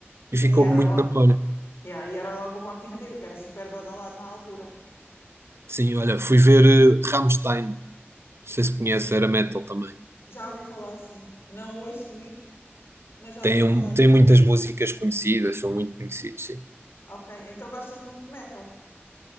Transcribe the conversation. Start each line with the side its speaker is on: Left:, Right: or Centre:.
Right: e ficou
Left: E era
Right: muito
Left: logo,
Right: na memória.
Left: yeah, e era logo o Rock in Rio, que era super badalado na altura.
Right: Sim, olha, fui ver eh, Rammstein, não sei se conhece, era metal também.
Left: Já ouvi falar, sim. Não ouço muito, mas já
Right: Tem,
Left: ouvi falar.
Right: um, tem muitas músicas conhecidas, são muito conhecidos, sim.
Left: Ok, então gostas muito de metal?